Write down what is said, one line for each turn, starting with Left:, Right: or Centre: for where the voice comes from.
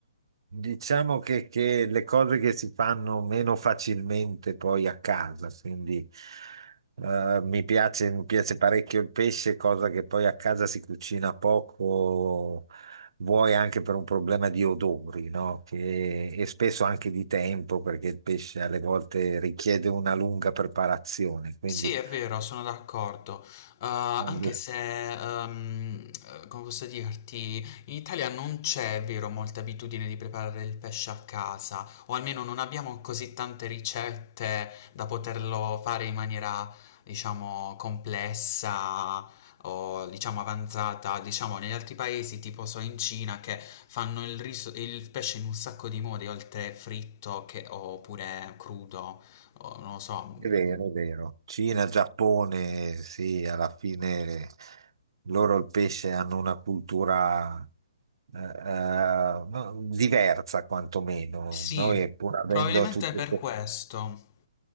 Right: diciamo che, che le cose che si fanno meno facilmente poi a casa, quindi eh, mi piace, mi piace parecchio il pesce, cosa che poi a casa si cucina poco, vuoi anche per un problema di odori, no? Che- e spesso anche di tempo, perché il pesce alle volte richiede una lunga preparazione, quindi
Left: Sì, è vero, sono d'accordo. Uhm, anche
Right: quando
Left: se, uhm, uhm, come posso dirti, in Italia non c'è, è vero, molta abitudine di preparare il pesce a casa, o almeno non abbiamo così tante ricette da poterlo fare in maniera, diciamo, complessa o diciamo avanzata. Diciamo, negli altri paesi, tipo so in Cina, che fanno il riso il pesce in un sacco di modi, oltre fritto che oppure crudo, o non lo so, mhmm
Right: È vero, è vero. Cina, Giappone, sì, alla fine loro il pesce hanno una cultura eh, eh, no, diversa quantomeno.
Left: Sì,
Right: Noi, pur avendo
Left: probabilmente
Right: tutto
Left: è per questo.